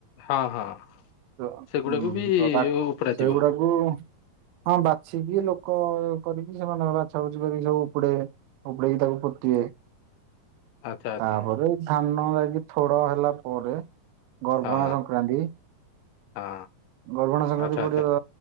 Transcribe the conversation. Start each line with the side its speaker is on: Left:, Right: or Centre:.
Left: ହଁ ହଁ।
Right: ତ
Left: ସେଗୁଡାକୁ
Right: ଉଁ
Left: ବି
Right: ତ ତା
Left: ଉପଡା ଯିବ
Right: ସେଇଗୁଡାକୁ ହଁ ବାଛିକି ଲୋକ କରିକି ସେମାନେ ତାଙ୍କର ବାଛା ବୁଛି କରିକି ସବୁ ଉପୁଡେଇବେ ଉପୁଡେଇକି ତାକୁ ପୋତିବେ
Left: ଆଚ୍ଛା ଆଚ୍ଛା
Right: ତାପରେ ଧାନ ଲାଗି ଥୋଡ ହେଲା ପରେ। ଗର୍ଭଣା
Left: ହଁ
Right: ସଂକ୍ରାନ୍ତି
Left: ହଁ
Right: ଗର୍ଭଣା ସଂକ୍ରାନ୍ତି
Left: ଆଚ୍ଛା
Right: ପଡିବ।
Left: ଆଚ୍ଛା।